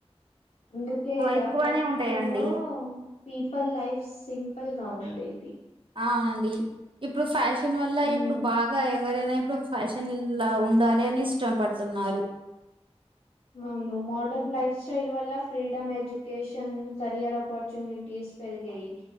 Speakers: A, on the left; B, on the right.
A: అందుకే
B: ఎక్కువనే
A: అప్పటలో
B: ఉంటాయండి
A: పీపుల్ లైఫ్ సింపుల్ గా ఉండేది
B: అవునండి ఇప్పుడు ఫ్యాషన్ వల్ల
A: ఉమ్
B: ఇప్పుడు బాగా ఎవరైనా ఇప్పుడు ఫ్యాషన్లా ఉండాలి అని ఇష్టము పడుతున్నారు
A: అవును మోడర్న్ లైఫ్ స్టైల్ వల్ల ఫ్రీడమ్ ఎజ్యుకేషన్ కెరియర్ ఆపర్చునిటీస్ పెరిగై